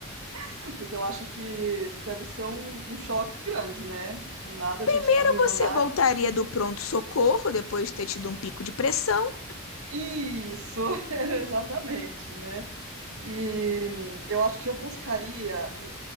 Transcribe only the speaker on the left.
Primeiro,
você voltaria do pronto-socorro depois de ter tido um pico de pressão?